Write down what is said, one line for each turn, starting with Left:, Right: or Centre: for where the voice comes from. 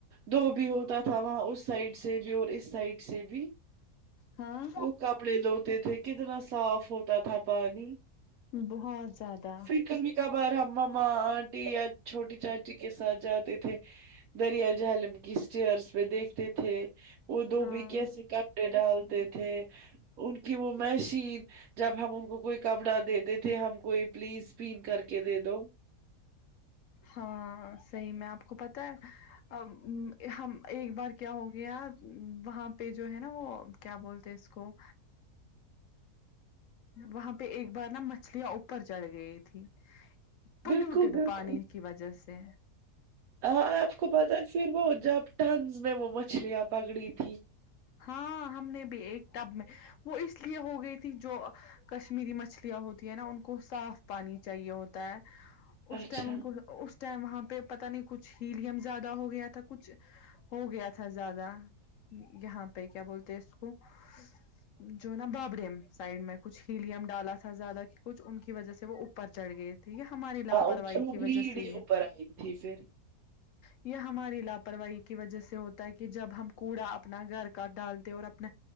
Right: دھوبی ہوتا تھا وہاں اس سائڈ جی اور اس سائڈ سے بھی
Left: ہاں
Right: وہ کپڑے دھوتے تھے کتنا صاف ہوتا تھا پانی
Left: بہت زیادہ
Right: پھر کبھی کبھار ہم مما آنٹی یا چھوٹی چاچی کے ساتھ جاتے تھے دریا جہلم کی اسٹیئرس پہ دیکھ تھے وہ دھوبی
Left: ہاں
Right: کیسے کپڑے ڈالتے تھے ان کی وہ مشین جب ہم ان کو کوئی کپڑا دیتے تھے ہم کوئی پلیس کلین کر کے دے دو
Left: ہاں صحیح میں آپ کو پتا ہے ہم ایک بار کیا ہو گیا وہاں پہ جو ہے نا وہ کیا بولتے اس کو وہاں پہ ایک بار نا مچھلیاں اوپر چڑھ گئی تھی پلیوٹیڈ
Right: بالکل بالکل
Left: پانی کی وجہ سے
Right: ہاں آپ کو پتا ہے پھر وہ جب ٹنز میں وہ مچھلیاں پکڑی تھی
Left: ہاں ہم نے بھی ایک ٹب میں وہ اس لیے ہو گئی تھی جو کشمیری مچھلیاں ہوتی ہیں نا ان کو صاف پانی چاہیے ہوتا ہے اس
Right: اچھا
Left: ٹائم ان کو اس ٹائم وہاں پہ پتا نہیں کچھ ہیلیم زیادہ ہو گیا تھا کچھ ہو گیا تھا زیادہ یہاں پہ کیا بولتے اس کو جو نا بابرییم سائڈ میں کچھ ہیلیم ڈالا تھا زیادہ کی کچھ ان کی وجہ سے وہ اوپر چڑھ گئے تو یہ ہماری لاپرواہی
Right: ہاں ان وہ
Left: کی
Right: بریڈ
Left: وجہ سے
Right: ہی اوپر
Left: یہ
Right: آئی تھی پھر
Left: یہ ہماری لاپرواہی کی وجہ سے ہوتا ہے کہ جب ہم کوڑا اپنا گھر گھر ڈالتے اور اپنا